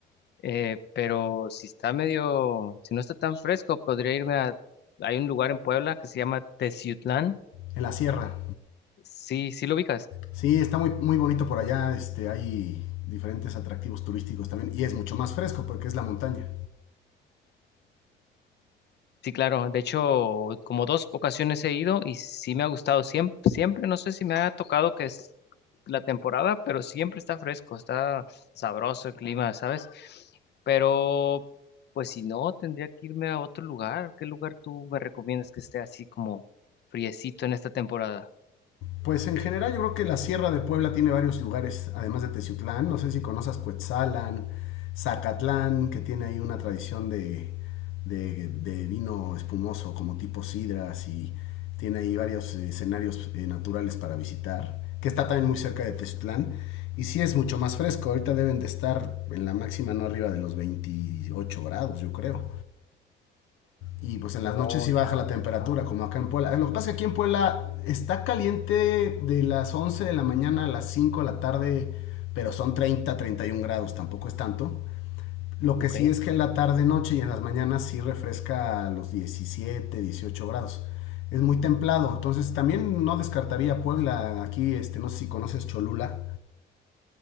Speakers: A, on the left (about 60°); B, on the left (about 90°).
A: Eh, pero si está medio, si no está tan fresco, podría irme a... Hay un lugar en Puebla que se llama Teciutlán.
B: En la sierra.
A: Sí, sí lo ubicas.
B: Sí, está muy, muy bonito por allá, este, hay diferentes atractivos turísticos también y es mucho más fresco porque es la montaña.
A: Sí, claro. De hecho, como dos ocasiones he ido y sí me ha gustado siempre, siempre. No sé si me ha tocado que es la temporada, pero siempre está fresco, está sabroso el clima, ¿sabes? Pero, pues si no, tendría que irme a otro lugar. ¿Qué lugar tú me recomiendas que esté así como friecito en esta temporada?
B: Pues en general yo creo que la Sierra de Puebla tiene varios lugares, además de Teciutlán, no sé si conoces Cuetzalan, Zacatlán, que tiene ahí una tradición de, de, de vino espumoso como tipo sidras y tiene ahí varios escenarios eh, naturales para visitar, que está también muy cerca de Teciutlán. Y sí es mucho más fresco, ahorita deben de estar en la máxima no arriba de los 28 grados, yo creo y pues en las
A: Oh,
B: noches sí
A: ya.
B: baja la temperatura,
A: Ajá,
B: como acá en Puebla. Lo que pasa es que aquí en Puebla está caliente de las 11 de la mañana a las 5 de la tarde, pero son treinta treinta y uno grados, tampoco es tanto. Lo
A: ok.
B: que sí es que en la tarde, noche y en las mañanas sí refresca a los 17 18 grados. Es muy templado, entonces también no descartaría Puebla. Aquí, este, no sé si conoces Cholula.